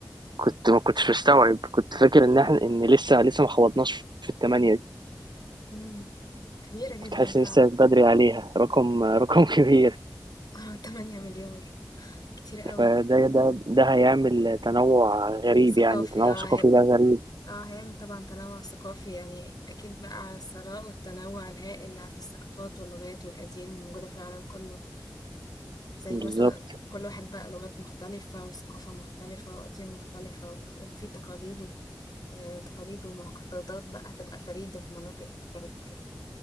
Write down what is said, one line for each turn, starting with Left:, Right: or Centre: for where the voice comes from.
Right: كنت ما كنتش مستوعب كنت فاكر ان احنا ان لسه لسه ما خبطناش في الثمانية دي
Left: امم كبيرة جدا
Right: كنت حاسس
Left: فعلا
Right: إن لسه بدري عليها رقم رقم <laughs> كبير
Left: <laughs> 8 مليار كتير قوي
Right: فده ده ده هيعمل تنوع غريب
Left: ثقافي
Right: يعني تنوع
Left: اه
Right: ثقافي
Left: هيب
Right: بقى غريب
Left: اه هيعمل طبعا تنوع ثقافي يعني اكيد بقى على الثراء والتنوع الهائل اللي في الثقافات واللغات والاديان الموجودة في العالم كله زي
Right: بالظبط
Left: مثلا كل واحد بقى لغات مختلفة وثقافة مختلفة وأديان مختلفة و- وفي تقاليد و... آه، تقاليد ومعتقدات بقى هتبقى فريدة في مناطق مختلفة كده